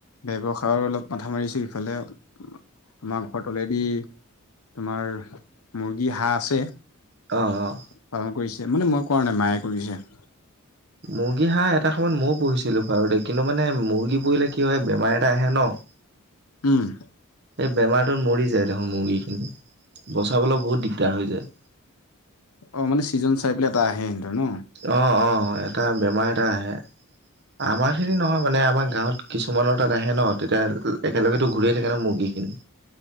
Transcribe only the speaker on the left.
ব্যয়ৱসায়ৰ অলপ মাথা মাৰিছোঁ, ইফালে। আমাৰ ঘৰত অলৰেডি, তোমাৰ, মুৰ্গী, হাঁহ আছে।
পালন কৰিছে। মানে, মই কৰা নাই, মায়ে কৰিছে।
উম!
অ'! মানে, ছিজন চাই পেলাই, এটা আহে হেতঁৰ ন'।